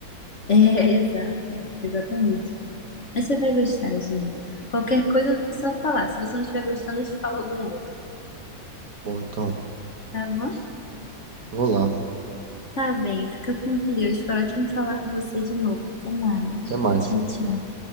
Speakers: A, on the left (about 40°); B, on the right (about 50°).
A: É, <laughs> exato. Exatamente. Mas você vai gostar, Jean. Qualquer coisa é só falar. Se você não estiver gostando, eu te falo algum outro.
B: Bom, então,
A: Tá bom?
B: vou lá.
A: Tá bem. Fica com Deus. Foi ótimo falar com você de novo. Até mais.
B: Até mais.
A: Tchau, tchau.